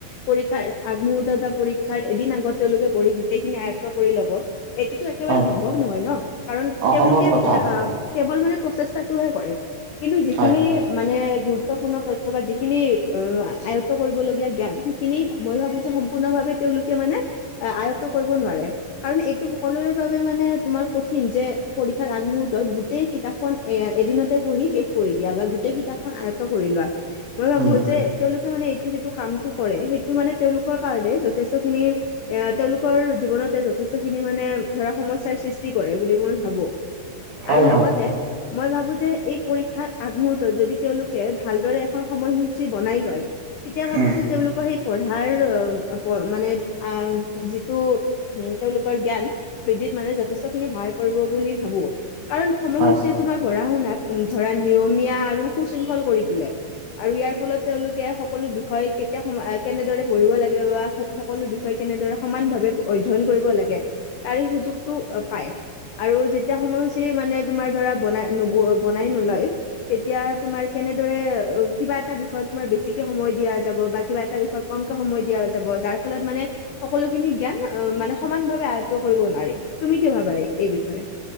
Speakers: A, on the left; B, on the right.
A: পৰীক্ষাৰ আগমহূৰ্তত বা পৰীক্ষা এদিন আগত তেওঁলোকে পঢ়ি গোটেইখিনি আয়ত্ব কৰি ল'ব। এইটোতো একেবাৰে
B: হয়
A: সম্ভৱ নহয় ন কাৰণ
B: অসম্ভৱ
A: তেওঁলোকে
B: কথা
A: কেৱল মানে প্ৰচেষ্টাত টোহে কৰে কিন্তু যিখিনি
B: হয়
A: মানে গুৰুত্বপূৰ্ণ তথ্য বা যিখিনি অ আয়ত্ব কৰিবলগীয়া জ্ঞান সেইখিনি মই ভাবো যে সম্পূৰ্ণভাৱে তেওঁ তেওঁলোকে মানে আয়ত্ব কৰিব নোৱাৰে। কাৰণ, এইটো সকলোৰে বাবে মানে তোমাৰ কঠিন যে, পৰীক্ষাৰ আগমুহুৰ্তত গোটেই কিতাপখন এ এদিনতে পঢ়ি শেষ কৰি দিয়া বা গোটেই কিতাপখন কৰি লোৱা মই ভাবো
B: উম,
A: যে তেওঁলোকে মানে এইটো যিটো কামটো কৰে সেই ত মানে তেওঁলোকৰ কাৰণে যথেষ্ট খিনি এ তেওঁলোকৰ জীৱনতে যথেষ্ট খিনি মানে ধৰা সমস্যাৰ সৃষ্টি কৰে বুলি মই ভাবো।
B: হয়
A: আৰু লগতে
B: হয়
A: মই ভাবো যে এই পৰীক্ষাৰ আগমহুৰ্তত যদি তেওঁলোক। তেওঁলোকে ভালদৰে এখন সময়সূচী বনাই লয় তেতিয়া ভাবো
B: উম,
A: যে তেওঁলোকৰ সেই পঢ়া। আৰু <inaudible> মানে যিটো তেওঁলোকৰ জ্ঞান বৃদ্ধি মানে <unintelligible> যথেষ্ট খিনি সহায় কৰিব বুলি ভাবো। কাৰণ সময়
B: হয়
A: হৈছে তোমাৰ পঢ়া শুনা ধৰা নিয়মীয়া আৰু সুস্থ। তিং কৰি তোলে আৰু ইয়াৰ ফলত তেওঁলোকে সকলো বিষয় কেতিয়া কেনে পঢ়িব লাগে। বা সকলো বিষয় কেনেদৰে সমান ভাৱে অধ্য়ন কৰিব লাগে তাৰে সুযোগতটো পায়। আৰু যেতিয়া সময়সূচী মানে তোমাৰ ধৰা বনাই বনাই নলয় তেতিয়া। তোমাৰ কেনেদৰে অ কিবা এটা বিষয়ত তুমাৰ বেছিকে সময় দিয়া যাব বা কিবা এটা বিষয়ত কমকে সময় দিয়া। যাৰ ফলত মানে সকলোখিনি জ্ঞান মানে সমান ভাৱে আয়ত্ব কৰিব নোৱাৰি। তুমি কি ভাবা? এই বিষয়ত